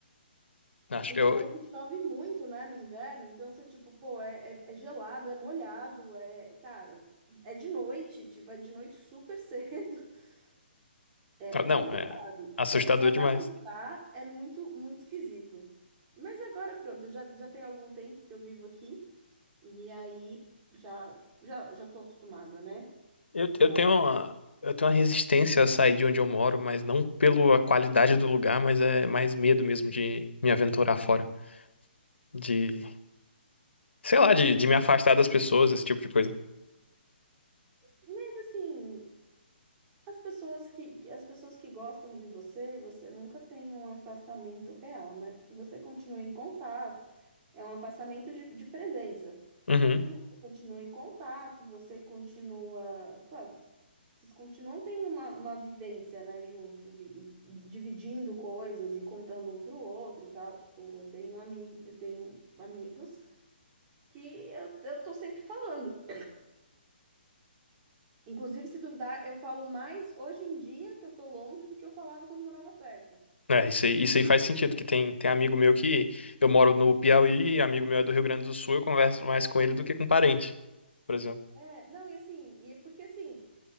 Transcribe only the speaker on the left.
Acho
que eu.
Não,
é assustador
demais.
Eu,
eu tenho uma, eu tenho uma resistência a sair de onde eu moro, mas não pela qualidade do lugar, mas é mais medo mesmo de me aventurar fora. De, sei lá, de, de me afastar das pessoas, esse tipo de coisa.
Uhum.
É, isso aí, isso aí faz sentido, que tem, tem amigo meu que eu moro no Piauí, amigo meu é do Rio Grande do Sul, eu converso mais com ele do que com parente, por exemplo.